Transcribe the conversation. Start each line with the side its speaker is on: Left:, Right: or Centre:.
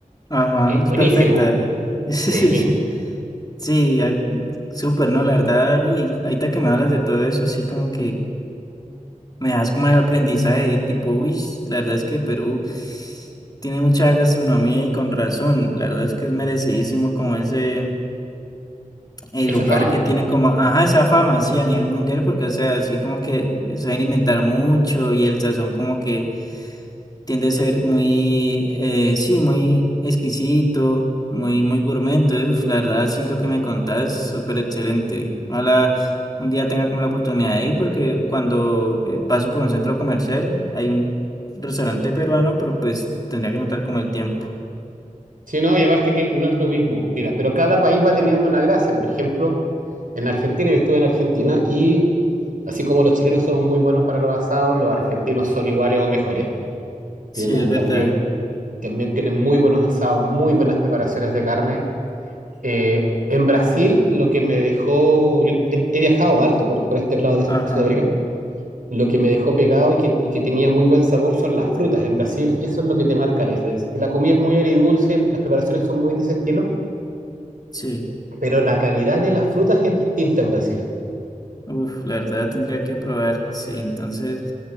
Left: ajá,
Right: Es
Left: es
Right: buenísimo.
Left: perfecta. <laughs>
Right: Sí,
Left: Sí, ah, súper, ¿no? La verdad, y ahorita que me hablas de todo eso, así como que me das como el aprendizaje, tipo, uy, la verdad es que Perú tiene mucha gastronomía y con razón, la verdad es que es merecidísimo como ese el
Right: esa
Left: lugar
Right: fama.
Left: que tienen como, ajá, esa fama, así a nivel mundial, porque, o sea, así como que saben inventar mucho y el sazón como que tiende a ser muy, eh, sí, muy exquisito, muy, muy gourmet, entonces, uf, la verdad, sí, lo que me contás, súper excelente. Ojalá un día tenga como la oportunidad de ir, porque cuando eh, paso por un centro comercial, hay un restaurante peruano, pero pues tendría que contar como el tiempo.
Right: Sí, no, y aparte que no es lo mismo. Mira, pero cada país va teniendo una gracia. Por ejemplo, en Argentina, yo estuve en Argentina y así como los chilenos son muy buenos para los asados, los argentinos son iguales o mejores.
Left: Sí,
Right: Tienen
Left: es verdad.
Right: también También tienen muy buenos asados, muy buenas preparaciones de carne. Eh, en Brasil, lo que me dejó, yo he, he viajado harto por, por este lado de
Left: Ajá,
Right: Sudamérica, lo que me dejó pegado y que, y que tenía muy buen sabor son las frutas. En Brasil, eso es lo que te marca la diferencia. La comida es muy agridulce, las preparaciones son muy de ese estilo,
Left: sí.
Right: pero la calidad de las frutas es distinta en Brasil.
Left: Uf, la verdad tendría que probar. Sí, entonces,